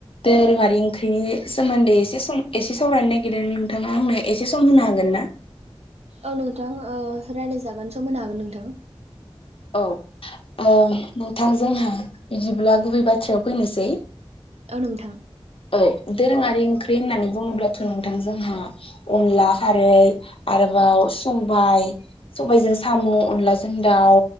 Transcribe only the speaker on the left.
दोरोङारि ओंख्रिनि सोमोन्दै एसे सम एसे सावरायनो नागिरदों नोंथाङा आंनो एसे सम होनो हागोन ना
औ ओ नोंथां जोंहा बिदिब्ला गुबै बाथ्रायाव फैनोसै
औ दोरोङारि ओंख्रि होननानै बुङोब्लाथ' नोंथां जोंहा अनला खारै आरोबाव सबाय सबायाइजों साम' अनलाजों दाउ